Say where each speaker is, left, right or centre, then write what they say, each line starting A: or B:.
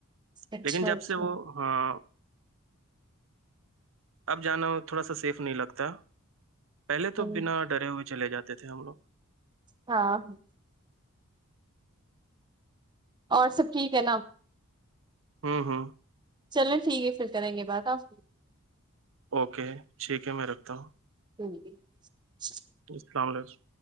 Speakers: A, on the right (about 20°); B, on the right (about 60°).
A: اچھا
B: لیکن جب
A: اچھا
B: سے وہ ہاں اب جانا تھوڑا سا سیف نہیں لگتا پہلے تو
A: ہ
B: بنا ڈرے ہوئے چلے جاتے تھے ہم لوگ
A: ہاں ہاں اور سب ٹھیک ہے نا
B: ہوں ہوں
A: چلیں ٹھیک ہے پھر کریں گے بات آپ
B: اوکے ٹھیک ہے میں رکھتا ہوں
A: جی جی
B: السلام علیکم